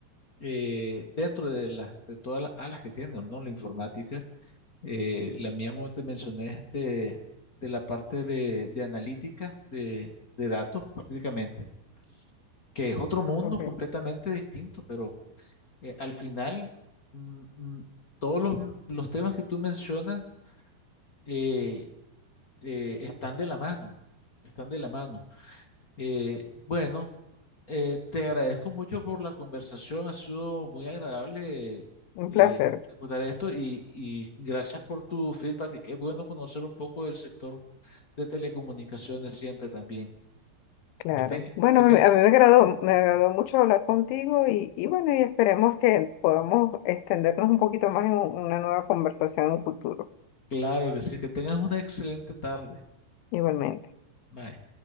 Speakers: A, on the left; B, on the left.
A: eh, dentro de, las de todas las alas que tiene, ¿no? La informática. Eh, la mía, como te mencioné, es de, de la parte de, de analítica de, de datos prácticamente, que es otro mundo
B: ok.
A: completamente distinto, pero eh, al final mm, mm, todos los, los temas que tú mencionas eh, eh, están de la mano, están de la mano. Eh, bueno, eh, te agradezco mucho por la conversación, ha sido muy agradable
B: Un
A: eh,
B: placer.
A: acordar esto y, y gracias por tu feedback, qué bueno conocer un poco del sector. de telecomunicaciones siempre también.
B: Claro.
A: Que tengan,
B: Bueno,
A: que ten-
B: a mí, a mí me agradó, me agradó mucho hablar contigo y, y bueno, y esperemos que podamos extendernos un poquito más en un- una nueva conversación en un futuro,
A: claro que sí, que tengas una excelente tarde.
B: igualmente.
A: Bye.